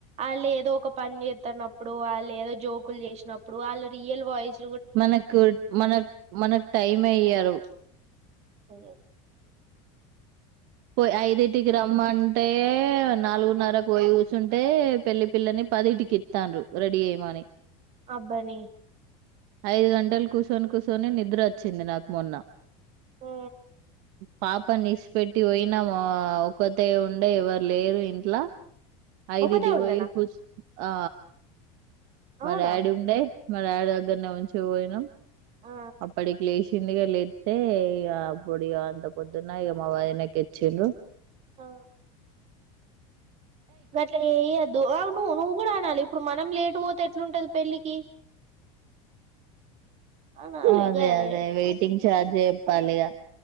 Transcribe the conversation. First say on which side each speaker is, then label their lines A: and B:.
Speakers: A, on the right; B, on the right.
A: ఆళ్లు ఏదోక పని చెత్తానప్పుడు లేద జోకులు చేసినప్పుడు ఆళ్ళ రియల్ వాయిస్
B: మనకు మన మనకు టైం ఎయ్యరు
A: ఓ
B: పోయ్ ఐదింటికి రమ్మంటే నాలుగున్నరకు పోయి కూర్చుంటే పెళ్లి పిల్లని పదిటికి ఇతాండ్రు రెడీ ఏయ్యమని
A: అబ్బని
B: ఐదు గంటలు కుసోని కుసోని నిద్రోచ్చింది నాకు మొన్న
A: ఆ
B: పాపానిస్పెటి పోయినము ఒకతే ఉండే ఎవరు లేరు ఇంట్లా అయిదిటికి
A: ఒకతే ఉండేనా
B: పోయి కుర్చ్ ఆ
A: అవునా
B: మా డాడీ ఉండె మా డాడీ దగ్గరనే ఉంచిపోయినం
A: ఆ
B: అప్పటికి లేషి కింది కెల్లి ఇత్తే ఇగ అప్పుడు ఇగ అంత పొద్దున ఇగ మా వదినకు ఇచ్చిళ్ళు
A: ఆ గట్ల చేయొద్దు అవును నువు గూడ అనాలి ఇప్పుడు మనం లేటు పోతె ఎట్లుంటది పెళ్ళికి అనాలే
B: అదె
A: గదే
B: అదే వెయిటింగ్ ఛార్జ్ చేత్తాళ్ళు ఇగ